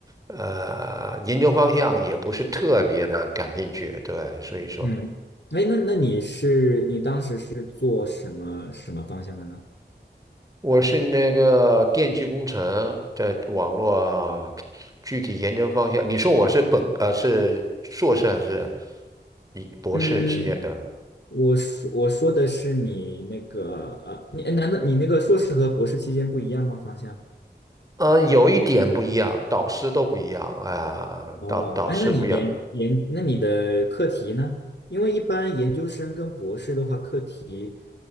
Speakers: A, on the right; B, on the left.
A: 呃研究方向也不是特别的感兴趣，对，所以说
B: 嗯，哎，那那你是你当时是做什么什么方向的呢？
A: 我是那个电气工程在网络啊具体研究方向。你说我是本呃是硕士还是一博士期间的？
B: 嗯，我说我说的是你那个呃，你哎难道你那个硕士和博士期间不一样吗？方向？
A: 嗯，呃有一点不一样，导师都不一样啊，
B: 哦，
A: 导导师不一样。
B: 哎，那你研研那你的课题呢？因为一般研究生跟博士的话，课题